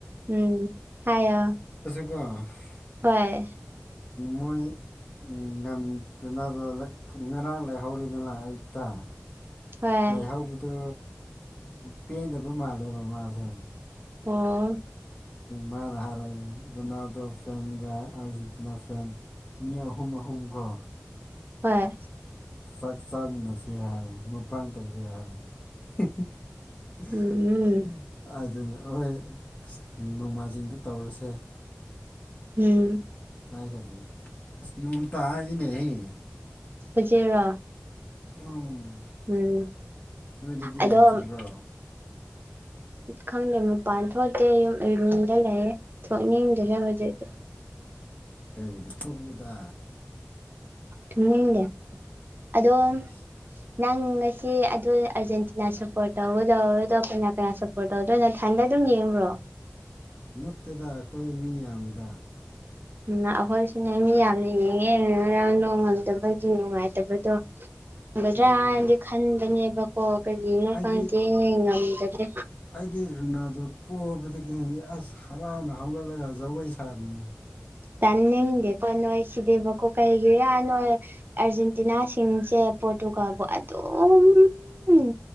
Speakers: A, on the right (about 45°); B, on the left (about 30°).
A: ꯎꯝ ꯍꯥꯏꯌꯣ
B: <unintelligible>
A: ꯍꯣꯏ
B: ꯃꯣꯏ ꯉꯝꯗꯨ <unintelligible> ꯉꯔꯥꯡ ꯂꯩꯔꯧꯔꯤ <unintelligible>
A: ꯍꯣꯏ
B: ꯂꯩꯍꯧꯕꯗꯨ ꯄꯦꯟꯗꯕ ꯃꯥꯜꯂꯦꯕ ꯃꯥꯖꯦ
A: ꯑꯣ
B: ꯃꯥꯅ ꯍꯔꯥꯛꯏ ꯔꯣꯅꯥꯜꯗꯣ ꯐꯦꯟꯒ ꯑꯔꯖꯦꯟꯇꯤꯅꯥ ꯐꯦꯟ ꯃꯤ ꯑꯍꯨꯝ ꯑꯥ ꯍꯨꯝꯒꯣ
A: ꯍꯣꯏ
B: ꯆꯥꯛ ꯆꯥꯃꯤꯟꯅꯁꯤ ꯍꯥꯏ ꯃꯨꯛꯕꯥꯡ ꯇꯧꯁꯤ ꯍꯥꯏ <unintelligible>
A: ꯎꯝ
B: ꯑꯗꯨꯅ ꯍꯣꯏ ꯅꯣꯡꯃꯥꯏꯖꯤꯡꯗ ꯇꯧꯔꯁꯦ
A: ꯎꯝ
B: ꯍꯥꯏꯈꯕꯅꯤ ꯑꯁ ꯅꯣꯡ ꯇꯥꯏꯅꯍꯦ
A: <unintelligible>
B: ꯎꯝ
A: ꯎꯝ
B: ꯅꯣꯏꯗꯗꯤ
A: ꯑꯗꯣ
B: ꯅꯣꯡ ꯆꯨꯕ꯭ꯔꯣ
A: ꯈꯪꯗꯦ ꯃꯄꯥꯟ ꯊꯣꯛꯇꯦ ꯎꯔꯨꯝꯗ ꯂꯩꯌꯦ ꯊꯣꯛꯅꯤꯡꯗꯦꯍꯦ ꯍꯧꯖꯤꯛꯇꯤ
B: ꯀꯩꯒꯤ ꯊꯣꯛꯎꯗ
A: ꯊꯣꯛꯅꯤꯡꯗꯦ ꯑꯗꯣ
B: ꯑꯩꯁ
A: ꯅꯪ ꯉꯁꯤ ꯑꯗꯨ ꯑꯥꯔꯖꯦꯟꯇꯤꯅꯥ ꯁꯞꯄꯣꯔꯠ ꯇꯧꯒꯗꯕꯗꯣ ꯀꯅꯥ ꯀꯅꯥ ꯁꯞꯄꯣꯔꯠ ꯇꯧꯗꯣꯏꯅꯪ ꯊꯟꯗꯗꯨꯝ ꯌꯦꯡꯕ꯭ꯔꯣ
B: ꯅꯠꯇꯦꯗ ꯑꯈꯣꯏ ꯃꯤ ꯌꯥꯝꯃꯤꯗ
A: ꯎꯝ ꯉꯥ ꯑꯈꯣꯏꯁꯨꯅꯦ ꯃꯤ ꯌꯥꯝꯅ ꯌꯦꯡꯉꯦ ꯉꯔꯥꯡ ꯅꯣꯡ ꯉꯪꯗꯕꯒꯤ ꯅꯨꯡꯉꯥꯏꯇꯕꯗꯣ ꯉꯝꯒꯗ꯭ꯔꯥ
B: ꯎꯝ
A: ꯍꯥꯏꯟꯗꯤ ꯈꯟꯕꯅꯦꯕꯀꯣ ꯀꯔꯤꯒꯤꯅꯣ
B: ꯑꯩꯗꯤ
A: ꯈꯪꯗꯦ ꯉꯝꯗꯒ
B: ꯑꯩꯗꯤ ꯔꯣꯅꯥꯜꯗꯣ ꯄꯣꯕꯗꯒꯤ ꯑ꯭ꯁ ꯍꯔꯥꯎꯅ ꯍꯧꯒꯠꯂꯒ ꯖꯒꯣꯏ ꯁꯥꯔꯤꯌꯦꯃꯤ
A: ꯇꯥꯅꯤꯡꯗꯦꯀꯣ ꯅꯣꯏ ꯁꯤꯗꯤꯕꯀꯣ ꯀꯩꯒꯤꯔ ꯅꯣꯏ ꯑ꯭ꯔꯖꯦꯟ ꯇꯤꯅꯥꯁꯤꯡꯁꯦ ꯄꯣꯔꯇꯨꯒꯜꯕꯨ ꯑꯗꯨꯝ ꯎꯝ